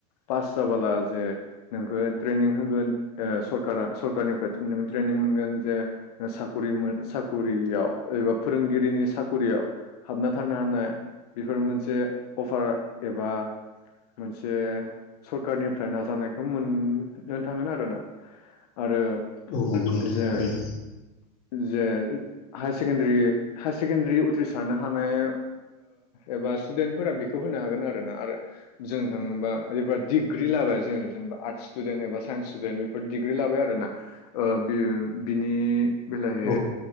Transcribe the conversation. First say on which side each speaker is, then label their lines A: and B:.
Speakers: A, on the left; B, on the left.
A: पास जाबाला जे नोंखौ ट्रेनिं होगोन सरका सरकारनिफ्रायों ट्रेनिं मोनगोन जे साखरि साखरियाव एबा फोरोंगिरिनि साखरियाव हाबना थानो हानाय बेफोर मोनसे अफार एबा मोनसे सरखारारनिफ्राय नाजानायखौ मोननो थांगोन आरोना आरो
B: औ नंगौ नोंथां
A: जे
B: थारैनो
A: जे हाय सेकेणडारि हाय सेकेण्डारि उथ्रिसारनो हानाय एबा स्टुदेन्टफोरा बेखौ होनो हागोन आरो ना आरो जों थांङोबा ओरैबा दिग्रि लाबाय जों जेनबा आर्टस स्टुडेन्ट एबा साइन्स स्टुेन्ट दिडिग्रि लाबाय आरोना ओ बि बिनि बेलाहै
B: औ